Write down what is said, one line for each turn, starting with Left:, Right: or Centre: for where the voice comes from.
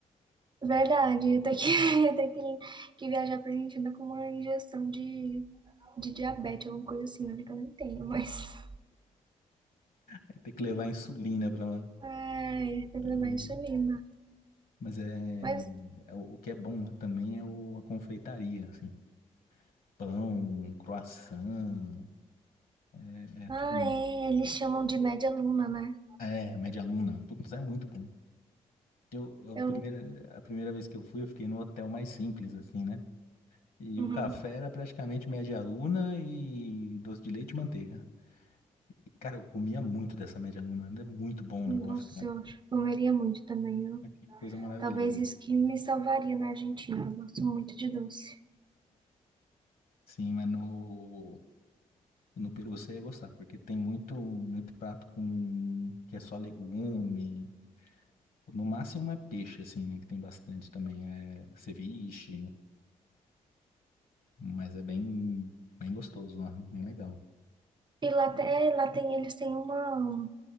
Right: Verdade, ia ter que, <laughs> ia ter que, que viajar pra Argentina com uma injeção de, de diabetes, alguma coisa assim, olha que eu não tenho, mas.
Left: É ter que levar insulina pra lá.
Right: <laughs> Ai, tem
Left: Eu-
Right: que levar insulina.
Left: Mas é,
Right: Mas,
Left: é o o que é bom lá também é o- a confeitaria, assim, pão, croissant, é, é
Right: ah,
Left: tudo.
Right: é, eles chamam de média luna, né?
Left: É, média luna. Putz, é muito bom. Eu,
Right: Eu
Left: a primeira,
Right: não.
Left: a primeira vez que eu fui, eu fiquei no hotel mais simples, assim, né? E
Right: Uhum.
Left: o café era praticamente média luna e doce de leite e manteiga. E, cara, eu comia muito dessa média luna. Ainda É muito bom o
Right: Nossa,
Left: negócio, cara.
Right: eu acho que comeria muito também. Eu,
Left: Ah, Que coisa maravilhosa.
Right: talvez isso que me salvaria na Argentina. Eu gosto muito de doce.
Left: Sim, mas no, no Peru você ia gostar, porque tem muito, muito prato com que é só legume. No máximo é peixe, assim, né? Que tem bastante também. É ceviche, mas é bem, bem gostoso lá, bem legal.
Right: E lá, te- é, lá tem, eles têm uma,